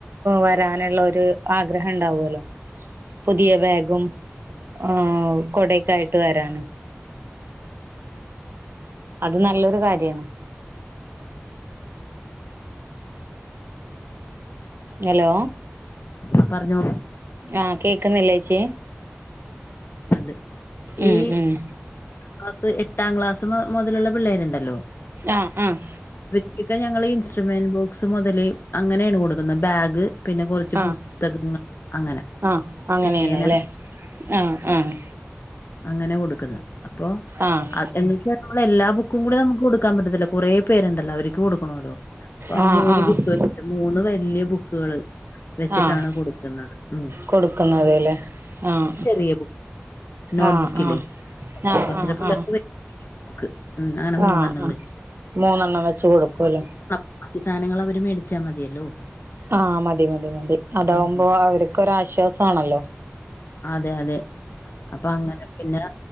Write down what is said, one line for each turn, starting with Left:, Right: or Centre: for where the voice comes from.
Right: വരാനുള്ള ഒരു ആഗ്രഹംണ്ടാവുവല്ലോ പുതിയ ബാഗും.. ആ കൊടെക്കായിട്ട് വരാന്. അത് നല്ലൊരു കാര്യണ്. ഹലോ
Left: ആഹ് പറഞ്ഞോ.
Right: ആഹ് കേക്ക്ന്നില്ലേച്ചി.
Left: <inaudible> ഈ
Right: ഉം ഉം
Left: ക്ലാസ് എട്ടാം ക്ലാസ് മൊതലുള്ള പിള്ളേരുണ്ടല്ലോ
Right: ആഹ് ആഹ്
Left: ' <inaudible> 'ഞങ്ങള് ഇൻസ്ട്രുമെന്റ് ബോക്സ് മൊതല് അങ്ങനേണ് കൊടുക്കുന്നത് ബാഗ് പിന്നെ കൊറച്ച്
Right: ആഹ്
Left: പുസ്തകങ്ങള് അങ്ങന
Right: ആഹ് അങ്ങനെയാണ്
Left: പേന
Right: അല്ലേ ആഹ് ആഹ്
Left: അങ്ങനെ കൊടുക്കുന്ന് അപ്പോ
Right: ആഹ്
Left: അ <unintelligible> നമ്മളെല്ലാ ബുക്കും കൂടെ നമ്മക്ക് കൊടുക്കാൻ പറ്റത്തില്ല, കൊറേ പേരുണ്ടല്ലോ അവരിക്ക് കൊടുക്കണോല്ലോ അപ്പം ആ
Right: ആഹ്
Left: മൂന്ന്
Right: ആഹ്
Left: ബുക്ക് മൂന്ന് വലിയ ബുക്കുകള് വെച്ചിട്ടാണ്
Right: ആഹ്
Left: കൊടുക്കുന്നത് ഉം.
Right: കൊടുക്കുന്നത് ലേ. ആഹ്
Left: ചെറിയ ബുക്ക് നോട്ട്
Right: ആഹ്
Left: ബുക്കില്ലേ
Right: ആഹ് ആഹ്
Left: ക്ലാസ്സിലെ
Right: ആഹ്
Left: പിള്ളേർക്ക്
Right: ആഹ്.
Left: ബുക്ക് ഉം അങ്ങനെ
Right: ആഹ്
Left: മൂന്നെണ്ണം
Right: ആഹ്
Left: വെച്ച്
Right: മൂന്നെണ്ണം വെച്ച് കൊടുക്കുവല്ലോ.
Left: ആഹ് <unintelligible> സാനങ്ങളവര് മേടിച്ചാ മതിയല്ലോ.
Right: ആഹ് മതി മതി മതി അതാവുമ്പോ
Left: ഉം ഉം
Right: അവര്ക്കൊരാശ്വാസവാണല്ലോ.
Left: അതെയതെ അപ്പങ്ങനെ പിന്നെ